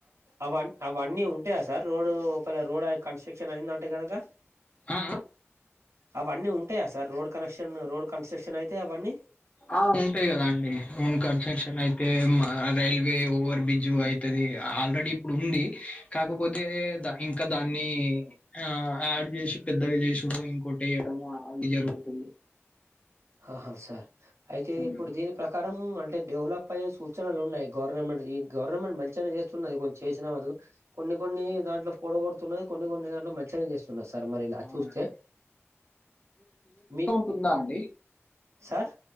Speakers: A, on the right (about 80°); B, on the left (about 25°).
A: అవ అవన్నీ ఉంటాయా సార్ రోడ్ ఒక రోడ్ కన్స్ట్రక్షన్, శక్షణ ఏందంటే కనుక,
B: ఆ
A: అవన్నీ ఉంటాయా sir road connection road construction అయితే అవన్నీ,
B: ఆ ఉంటాయి కదా అండి రోన్ కన్స్ట్రక్షన్ అయితే రైల్వే ఓవర్ బ్రిడ్జ్ అయితే, అది ఆల్రెడీ ఇప్పుడు ఉంది కాకపోతే ద ఇంకా దాన్ని, ఆ యాడ్ చేసి పెద్దగా చేసుడు ఇంకోటి వేయడం అది జరుగుతది
A: ఆహా సార్ అయితే
B: ఉమ్.
A: ఇప్పుడు దీని ప్రకారం అంటే డెవలప్ అయ్యే సూచనలు ఉన్నాయి గవర్నమెంట్ ఈ గవర్నమెంట్ మంచిగనే చేస్తున్నది కొంచెం చేసిన మదుగు కొన్ని కొన్ని దాంట్లో పోడ కొతున్నది కొన్ని కొన్ని దాంట్లో మంచిగానే చేస్తు తున్నది సర్ మరి ఇలా
B: అవునండి
A: చూస్తే మీ
B: తుందా అండి
A: సార్